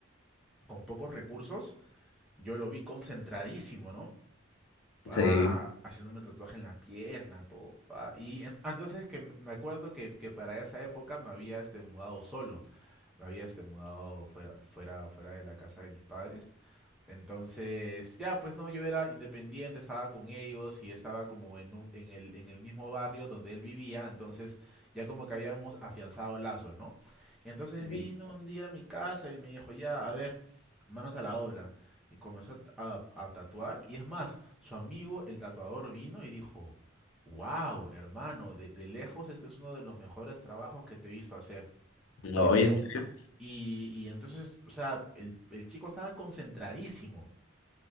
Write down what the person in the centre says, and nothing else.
con pocos recursos, yo lo vi concentradísimo, ¿no? Pa,
haciéndome tatuaje en la pierna, todo, pa. Y en- entonces que m- me acuerdo que, que para esa época me había este mudado solo, me había este mudado fuera, fuera, fuera de la casa de mis padres Entonces, ya, pues no, yo era independiente, estaba con ellos y estaba como en, un- en el, en el mismo barrio donde él vivía, entonces ya como que habíamos afianzado lazos, ¿no? Y entonces
vino un día a mi casa y me dijo, ya, a ver, manos a la obra. Y comenzó a, a- a tatuar. Y es más, su amigo, el tatuador, vino y dijo, wow, hermano, de, de lejos este es uno de los mejores trabajos que te he visto hacer.
Te veo.
Y, y entonces, o sea, el el chico estaba concentradísimo.